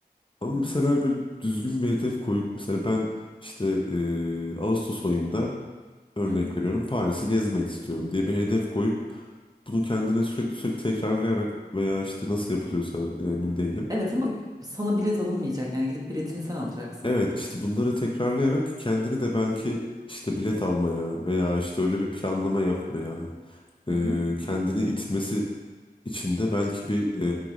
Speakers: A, on the left; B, on the right.
A: Ama
B: Evet.
A: mesela bir düzgün bir hedef koyup mesela ben işte e, Ağustos ayında örnek
B: Hı hı.
A: veriyorum Paris'i gezmek istiyorum diye bir hedef koyup bunu kendine sürekli sürekli tekrarlayarak veya işte nasıl yapılıyorsa e, emin değilim
B: Evet ama sana bilet alınmayacak yani gidip biletini sen alacaksın.
A: Evet işte bunları tekrarlayarak kendini de belki işte bilet almaya veya işte öyle bir planlama yapmaya e,
B: Hı hı.
A: kendini itmesi için de belki bir